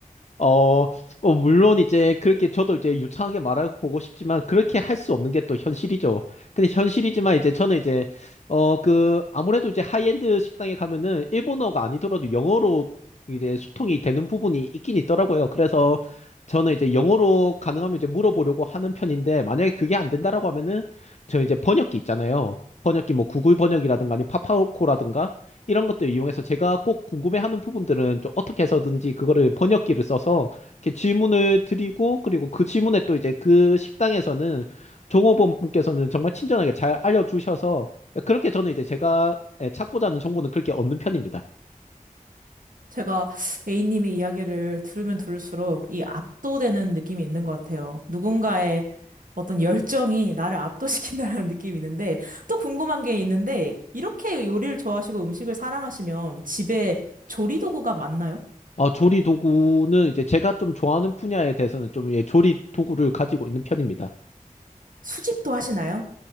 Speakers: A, on the left (about 55°); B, on the right (about 70°).
A: 어, 어, 물론 이제 그렇게 저도 이제 유창하게 말하고 보고 싶지만 그렇게 할 수 없는 게 또 현실이죠. 근데 현실이지만 이제 저는 이제 어, 그 아무래도 이제 하이엔드 식당에 가면은 일본어가 아니더라도 영어로 이제 소통이 되는 부분이 있긴 있더라고요. 그래서 저는 이제 영어로 가능하면 이제 물어보려고 하는 편인데 만약에 그게 안 된다라고 하면은 저 이제 번역기 있잖아요. 번역기 뭐 구글 번역이라든가 아니 파파고라든가 이런 것들 이용해서 제가 꼭 궁금해하는 부분들은 좀 어떻게 해서든지 그거를 번역기를 써서 이렇게 질문을 드리고 그리고 그 질문에 또 이제 그 식당에서는 종업원 분께서는 정말 친절하게 잘 알려주셔서 그렇게 저는 이제 제가 예, 찾고자 하는 정보는 그렇게 얻는 편입니다.
B: 제가 A님의 이야기를 들으면 들을수록 이 압도되는 느낌이 있는 것 같아요. 누군가의 어떤 열정이 나를 압도시킨다라는 <laughs> 느낌이 있는데, 또 궁금한 게 있는데, 이렇게 요리를 좋아하시고 음식을 사랑하시면 집에 조리 도구가 많나요?
A: 어, 조리 도구는 이제 제가 좀 좋아하는 분야에 대해서는 좀 예, 조리 도구를 가지고 있는 편입니다.
B: 수집도 하시나요?